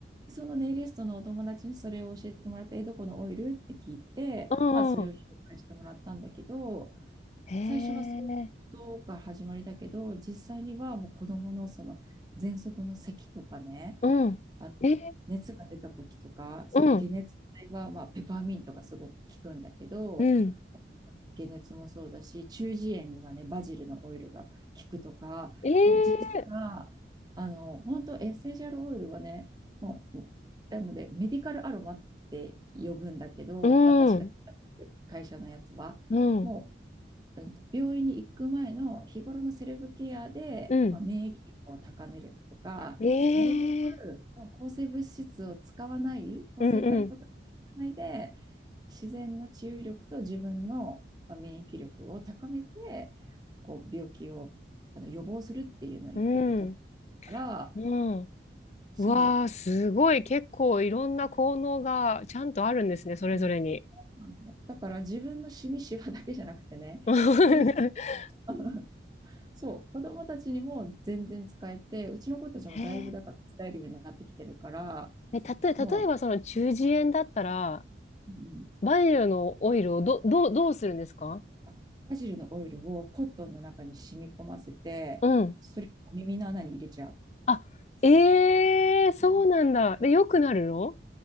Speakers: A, on the right; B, on the left.
A: そのネイリストのお友達にそれを教えてもらって、え、どこのオイルって聞いて、
B: い。うん、
A: まあ、それを紹介してもらったんだけど、
B: うん。ええ、
A: 最初はそういうことが始まりだけど、実際にはもう子供のその喘息の咳とかね、
B: うん。
A: あ、
B: ええ、
A: 熱が出た時とか、その解熱剤は、
B: うん、
A: まあ、ペパーミントがすごく効くんだけど、
B: うん。
A: 解熱もそうだし、中耳炎にはね、バジルのオイルが効くとか、
B: ええ、
A: もう実は、あの、本当エッセンシャルオイルはね、もう、なので、メディカルアロマって呼ぶんだけど、
B: うん、
A: 私が会社のやつは、
B: うん、
A: もううん病院に行く前の日頃のセルフケアで、
B: うん。
A: まあ、免疫力を高めるとか、
B: ええ
A: なるべく抗生物質を使わない、抗生剤とか使わないで、
B: うんうん。
A: 自然の治癒力と自分の免疫力を高めて、こう病気をあの予防するっていうのに結構特化から、
B: うん。うん。
A: そ
B: うわー、すごい。結構いろんな効能がちゃんとあるんですね、
A: う。
B: それぞれに。
A: だから自分のシミシワだけじゃなくてね、
B: <laughs>
A: 子供 <laughs> そう、子供たちにも全然使えて、うちの子たちもだいぶだから使えるようになってきてるから、
B: へえ。え、たと、例えばその中耳炎だったら、
A: もう、うん、
B: バニルのオイルをど、どう、どうするんですか
A: あバジルのオイルをコットンの中に染み込ませて、
B: うん。
A: それを耳の穴に入れちゃう。
B: あ、ええそうなんだ。
A: うん
B: で、良くなるの